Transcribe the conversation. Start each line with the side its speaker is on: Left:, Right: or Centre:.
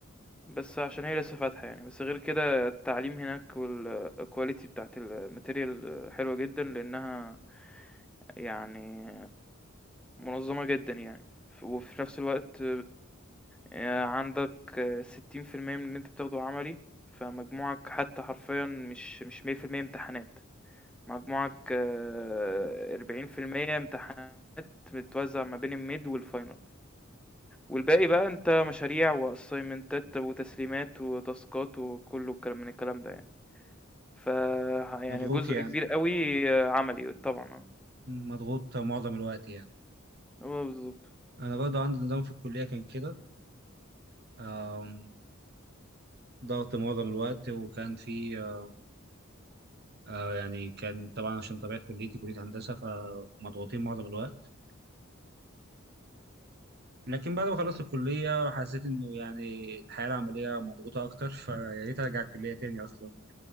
Centre: بس عشان هي لسه فاتحة يعني بس غير كده التعليم هناك والكواليتي بتاعت الماتيريال حلوة جدا لانها يعني منظمة جدا يعني ف- وفي نفس الوقت آه، عندك ستين في المية من اللي انت بتاخده عملي فمجموعك حتى حرفيا مش مش مية في المية امتحانات مجموعك آه، أربعين في المية امتحانات متوزع ما بين الميد والفاينل والباقي بقى انت مشاريع واسايمنتات وتسليمات وتاسكات وكله الكلام من الكلام ده يعني ف يعني
Right: مضغوط
Centre: جزء
Right: يعني
Centre: كبير قوي عملي طبعا اه
Right: مضغوط معظم الوقت يعني
Centre: هو بالظبط
Right: انا برضه عندي نظام في الكلية كان كده آم، ضغط معظم الوقت وكان في آه، آه، يعني كان طبعا عشان طبيعة كليتي كلية هندسة فمضغوطين معظم الوقت لكن بعد ما خلصت الكلية حسيت إنه يعني الحياة العملية مضغوطة أكتر فيا ريت أرجع الكلية تاني أصلا